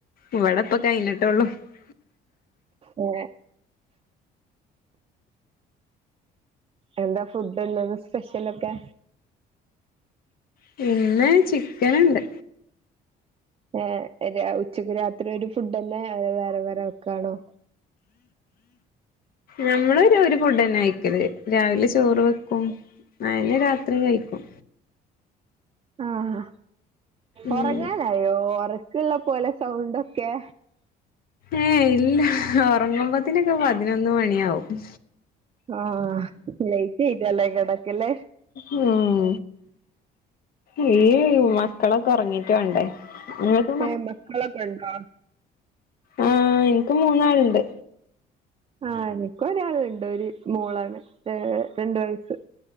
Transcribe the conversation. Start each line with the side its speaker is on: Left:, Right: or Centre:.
Left: ഇവിടെപ്പ കഴിഞ്ഞിട്ടെ ള്ളു ള്ളു
Right: ഒ എന്താ ഫുഡ്ന്ന് സ്പെഷ്യലൊക്കെ
Left: പിന്ന ചിക്കന്ണ്ട്
Right: ഏ ര ഉച്ചക്ക് രാത്രി ഒരു ഫുഡ് തന്നെ വേറെ വേറെ വെക്കാണോ
Left: നമ്മള് ഒരു ഫുഡന്നെ കയിക്കല് രാവിലെ <unintelligible> ചോറ് വെക്കും അയിന്നെ രാത്രി കഴിക്കും
Right: ആഹ
Left: ഉം
Right: ഒറങ്ങാനായോ ഒർ ള്ള പോലെ സൗണ്ടൊക്കെ
Left: ഏ ഇല്ല ഉറങ്ങുമ്പത്തിനൊക്കെ പതിനൊന്ന് മണിയാവും
Right: ആഹ് ലൈറ്റ് ഇട്ടല്ലാം എ കടക്കല്ലേ
Left: ഉം ഈ മക്കളൊക്കെ ഉറങ്ങീട്ട് വേണ്ടേ നിങ്ങൾക്ക്
Right: ഏ മക്കളോക്കെയുണ്ടോ
Left: ആ എനിക്ക് മൂന്നാളുണ്ട്
Right: ആ എനിക്കും ഒരാളുണ്ട് ഒരു മോളാണ് ഏ രണ്ട് വയസ്സ്